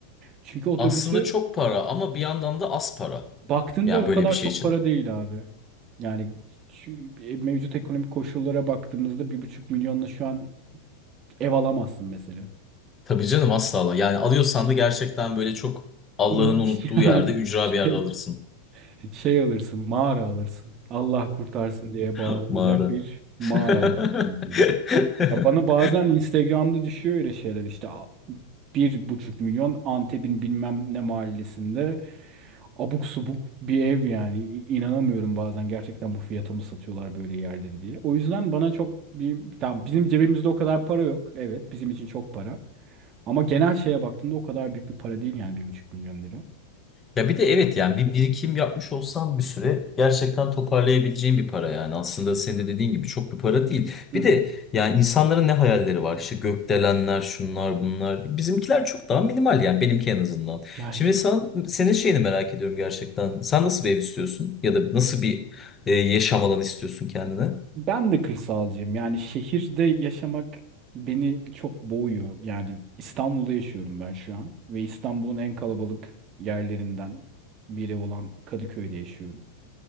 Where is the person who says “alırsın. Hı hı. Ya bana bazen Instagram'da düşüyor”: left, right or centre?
Right